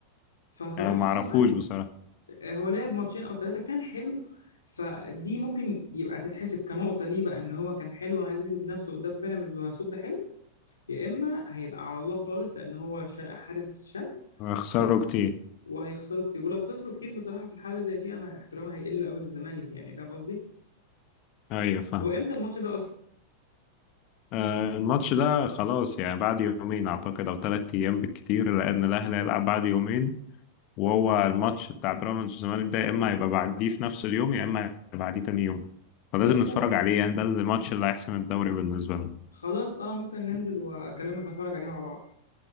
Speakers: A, on the left; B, on the left.
A: فصباح
B: آه،
A: الخير
B: معرفوش
A: يا معلم
B: بصراحة
A: آه، هو لعب ماتشين أو ثلاثة كان حلو فدي ممكن يبقى تتحسب كنقطة ليه بقى إن هو كان حلو وعايز يثبت نفسه قدام بيراميدز وهيصد حلو يا إما هيبقى على الله خالص لأن هو شا- حارس شاب
B: خسروا
A: و...
B: كتير
A: وهيخسروا كتير ولو خسروا كتير بصراحة في الحالة زي دي أنا احترامي هيقل أوي للزمالك يعني فاهم قصدي؟
B: ايوه فاهم
A: هو امتى الماتش ده اصلا
B: آه الماتش ده خلاص يعني بعد يومين اعتقد او ثلاث ايام بالكتير لان الاهلي هيلعب بعد يومين وهو الماتش بتاع بيراميدز والزمالك ده يا اما هيبقى بعديه في نفس اليوم يا اما هيبقى بعديه تاني يوم فلازم
A: طب خلاص
B: نتفرج عليه يعني ده الماتش اللي هيحسم الدوري بالنسبة لنا
A: خلاص اه ممكن ننزل واكلمك نتفرج عليه مع بعض